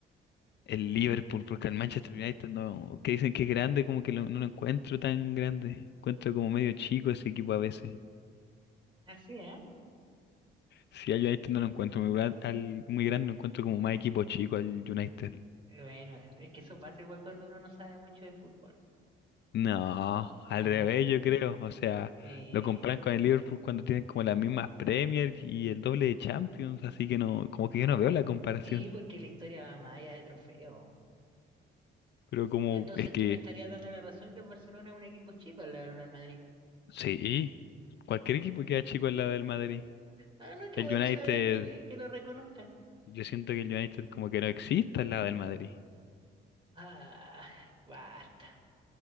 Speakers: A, on the left (about 60°); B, on the right (about 25°).
A: el Liverpool, porque el Manchester United no, que dicen que es grande, como que lo- no lo encuentro tan grande, encuentro como medio chico ese equipo a veces.
B: así, ¿eh?
A: Si al United no lo encuentro muy, gran- al, muy grande, lo encuentro como más equipo chico al United.
B: Bueno, es que eso pasa igual cuando uno no sabe mucho de fútbol.
A: No, al
B: Eh,
A: revés yo creo, o sea,
B: sí,
A: lo comparan con el Liverpool cuando tienen como las mismas Premier y el doble de Champions, así que no, como que yo no veo la comparación.
B: sí, porque la historia va más allá de trofeo.
A: Pero como
B: Entonces
A: es que
B: tú me estarías dando la razón que el Barcelona es un equipo chico al lado del Real Madrid.
A: Sí, cualquier equipo queda chico al lado del Madrid.
B: Ah, no, qué
A: El
B: bueno
A: United,
B: saber que, que lo reconozca.
A: yo siento que el United como que no existe al lado del Madrid.
B: Ah, basta.